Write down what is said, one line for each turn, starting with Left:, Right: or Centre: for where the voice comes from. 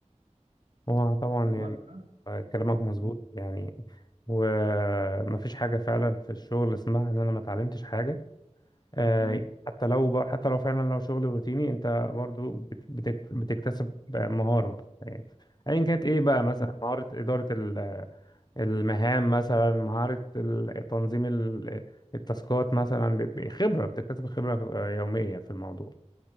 Left: هو طبعا
Right: وبعد-
Left: يعني
Right: آه.
Left: آه، كلامك مظبوط
Right: م-
Left: يعني ومفيش حاجة فعلا في الشغل اسمها ان انا ما اتعلمتش حاجة آه،
Right: م-
Left: حتى لو ب... حتى لو فعلا لو شغل روتيني انت برضو بت... بتك- بتكتسب مهارة يعني ايا كانت ايه بقى مثلا
Right: م.
Left: مهارة إدارة ال- المهام مثلا مهارة ال- تنظيم ال- التاسكات مثلا ب- ب- خبرة بتكتسب خبرة آه، يومية في الموضوع